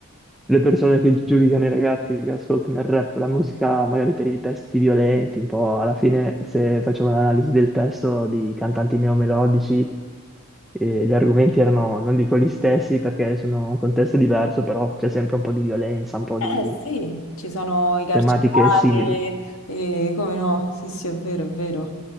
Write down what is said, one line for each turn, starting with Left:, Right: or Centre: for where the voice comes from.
Centre: le persone che giudicano i ragazzi che ascoltano il rap, la musica magari per i testi violenti, un po' alla fine se facevo un'analisi del testo di cantanti neomelodici, eh, gli argomenti erano, non dico gli stessi perché sono un contesto diverso, però c'è sempre un po' di violenza, un po' di
Left: Eh sì, ci sono i carcerati,
Centre: tematiche simili.
Left: e come no, sì, sì, è vero, è vero,